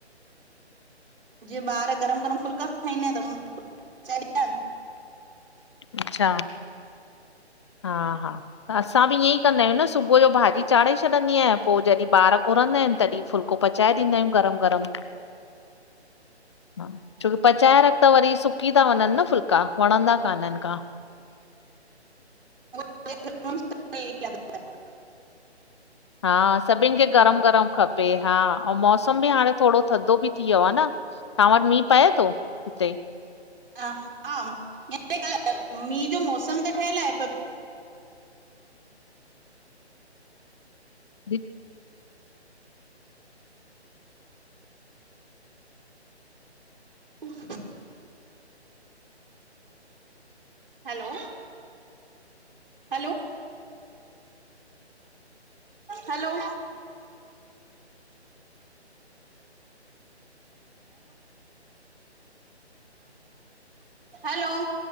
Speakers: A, on the right; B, on the left.
A: जीअं ॿार गरम गरम फुल्का खाईंदा आहिनि ता पचाईंदी आहियां।
B: अच्छा। हा हा। त असां बि ईअं ई कंदा आहियूं न सुबुह जो भाॼी चाढ़े छॾंदी आहियां पो जॾहिं ॿार घुरंदा आहिनि तॾहिं फुल्को पचाए ॾींदा आहियूं गरमु गरमु।
A: <inaudible>
B: हा छोकी पचाए रख त वरी सुकी ता वञनि न फुल्का वणंदा कान्हनि का।
A: <unintelligible>
B: हा सभिनी खे गरम गरम खपे हा, अऊं मौसम बि हाणे थोरो थधो बि थी वियो आ न, तहां वट मींहं पए तो, हुते?
A: ह हा हिते मींह जो मोसमु त ठहियल आहे
B: जी।
A: कु <inaudible> हलो। हलो। हलो। हलो।